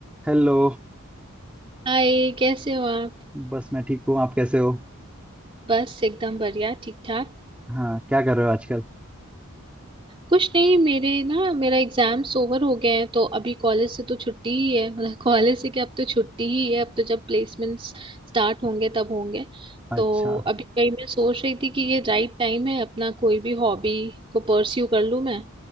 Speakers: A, in the centre; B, on the right.
A: Hello
B: हाय कैसे हो आप
A: बस मैं ठीक हूँ आप कैसे हो
B: बस एकदम बढ़िया ठीक ठाक
A: हाँ क्या कर रहे हो आजकल
B: कुछ नहीं मेरे ना मेरा एग्जाम्स ओवर हो गए हैं तो अभी कॉलेज से तो छुट्टी ही है मतलब <laughs> कॉलेज से क्या अब तो छुट्टी ही है अब तो जब प्लेसमेंट्स स्टार्ट होंगे तब होंगे
A: अच्छा
B: तो अभी वही मैं सोच रही थी कि ये राइट टाइम है अपना कोई भी हॉबी को परस्यू कर लूँ मैं